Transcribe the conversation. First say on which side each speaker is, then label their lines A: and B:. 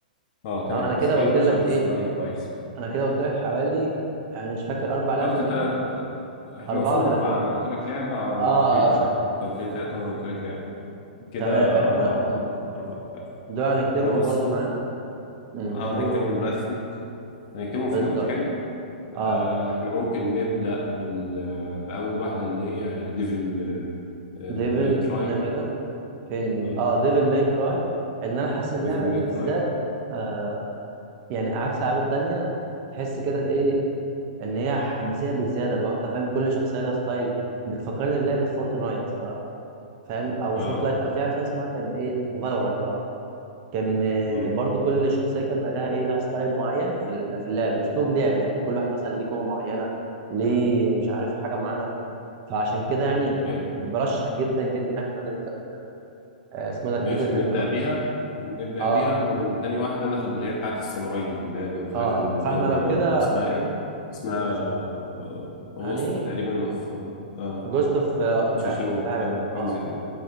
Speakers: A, on the left (about 40°); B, on the right (about 35°).
A: اه تمام
B: تمام انا كده
A: سكيرو
B: قلت لك
A: شادوز
B: ايه
A: داي توايس
B: انا كده قلت لك حوالي يعني مش فاكر اربع
A: انت
B: لعب
A: قلت
B: تقريبا
A: تلات احنا
B: اربعه
A: وصلنا
B: ولا ثلاثه
A: اربعة انا قلت لك لعبة آه، وانت
B: اه
A: قلت لي تلاتة
B: اه صح
A: انت قلت لي تلاتة وانا قلت لك لعبة كده
B: تمام احنا
A: اربع
B: مم.
A: اربع لعبة.
B: دول هنكتبهم
A: احنا بص
B: برضو
A: بص
B: معانا مم،
A: اه نكتبهم
B: قولوا
A: دلوقتي في نوت هنكتبهم
B: بالظبط
A: في نوت حلو آه
B: اه
A: احنا ممكن نبدأ بال بأول واحدة اللي هي ديفل
B: ديفل
A: ماي كراي
B: استنى كده فين دي
A: اه
B: اه ديفل ماي كراي ان انا حاسس اللعبه
A: ديفل ماي
B: دي
A: كراي
B: بالذات آه يعني عكس الالعاب التانيه تحس كده ايه ان هي حماسيه بزياده لو انت فاهم كل شخصيه لها ستايل بتفكرني بلعبه فورتنايت ف- فاهم او مش
A: اه
B: فورتنايت لا فيها تانية اسمها كان ايه فالورانت اه كان آه،
A: مم.
B: برضو كل شخصيه كانت بقى لها ايه لها ستايل معين في ال- في اللعب اسلوب لعب يعني كل واحد مثلا ليه قوه معينه ليه مش عارف حاجه معينه فعشان كده يعني
A: أيوه.
B: برشح جدا جدا إن احنا نبدا آه، اسمه ده ديفل
A: ماشي
B: ماي
A: نبدأ
B: كراي
A: بيها نبدأ
B: اه
A: بيها والتاني واحدة ناخد اللي هي بتاعة الساموراي دي اللي هي قلت
B: اه
A: لك الجو
B: فاحنا
A: الياباني
B: لو كده
A: ده اسمها ايه؟ اسمها آه،
B: است-
A: أغسطس
B: هني
A: تقريبا اوف آه آه،
B: جوست اوف مش
A: تسوشيما
B: عارف اوف حاجه
A: اه
B: كده
A: حاجة
B: اه
A: زي كده